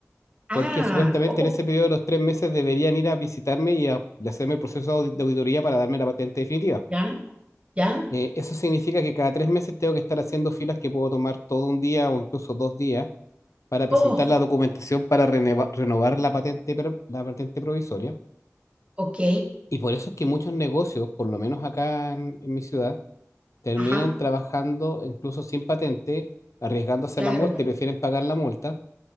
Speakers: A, on the right (about 20°); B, on the left (about 65°).
A: ah,
B: porque supuestamente
A: oh,
B: en ese periodo de los tres meses deberían ir a visitarme y, a, y hacerme el proceso de audi- de auditoría para darme la patente definitiva.
A: ya, ya,
B: Eh, eso significa que cada tres meses tengo que estar haciendo filas que puedo tomar todo un día o incluso dos días para presentar
A: oh,
B: la documentación para reneva- renovar la patente, per- la patente provisoria.
A: ok,
B: Y por eso es que muchos negocios, por lo menos acá en, en mi ciudad, terminan
A: ajá,
B: trabajando incluso sin patente, arriesgándose
A: claro,
B: a la multa y prefieren pagar la multa